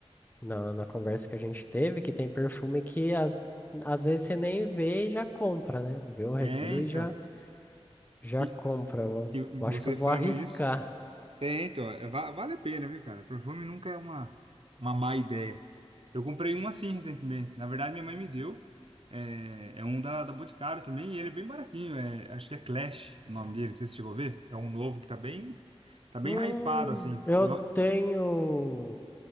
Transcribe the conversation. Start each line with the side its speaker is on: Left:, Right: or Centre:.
Left: na, na conversa que a gente teve, que tem perfume que às, às vezes você nem vê e já compra, né? Vê o review
Right: É, então.
Left: e já, já
Right: E,
Left: compra. Eu,
Right: e você
Left: eu acho que eu vou
Right: falando
Left: arriscar.
Right: isso. É, então, é, va- vale a pena, viu, cara? Perfume nunca é uma, uma má ideia. Eu comprei um assim recentemente. Na verdade, minha mãe me deu. É, é um da, da Boticário também, e ele é bem baratinho. É, acho que é Clash o nome dele, não sei se você chegou a ver. É um novo que tá bem, tá bem
Left: Hum,
Right: hypado, assim.
Left: eu
Right: Eu-
Left: tenho,